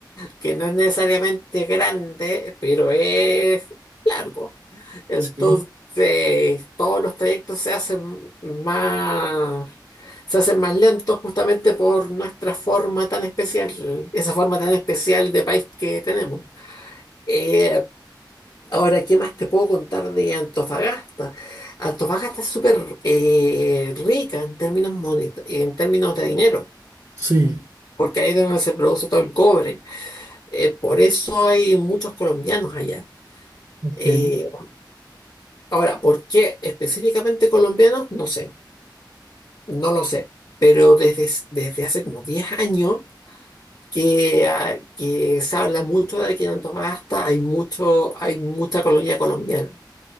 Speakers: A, on the left; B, on the right.
A: que no es necesariamente grande, pero es largo. Entonces,
B: Sí.
A: todos los trayectos se hacen más, se hacen más lentos justamente por nuestra forma tan especial, esa forma tan especial de país que tenemos. Eh, ahora, ¿qué más te puedo contar de Antofagasta? Antofagasta es súper eh, rica en términos, moneta- en términos de dinero,
B: Sí,
A: porque ahí es donde se produce todo el cobre. Eh, por eso hay muchos colombianos allá.
B: ok.
A: Eh, ahora, ¿por qué específicamente colombianos? No sé, no lo sé, pero desde, desde hace como 10 años que, ah, que se habla mucho de que en Antofagasta hay, mucho, hay mucha colonia colombiana.